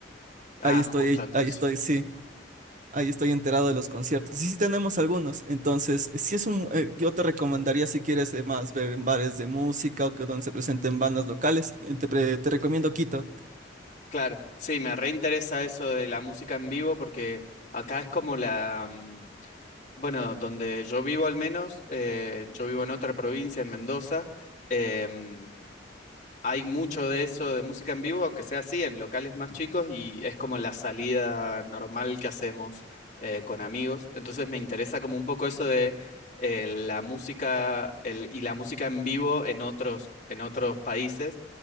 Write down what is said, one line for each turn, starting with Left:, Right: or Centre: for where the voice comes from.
Left: Ah,
Right: ahí estoy,
Left: justo entonces.
Right: ahí estoy, sí. Ahí estoy enterado de los conciertos. Y sí tenemos algunos. Entonces, si es un, eh, yo te recomendaría si quieres eh, más ver en bares de música o que donde se presenten bandas locales, eh, te, pre- te recomiendo Quito.
Left: Claro, sí, me reinteresa eso de la música en vivo porque acá es como la... mm, Bueno, donde yo vivo al menos, eh, yo vivo en otra provincia, en Mendoza, em, hay mucho de eso de música en vivo, aunque sea así, en locales más chicos y es como la salida normal que hacemos eh, con amigos. Entonces me interesa como un poco eso de eh, la música el- y la música en vivo en otros, en otros países.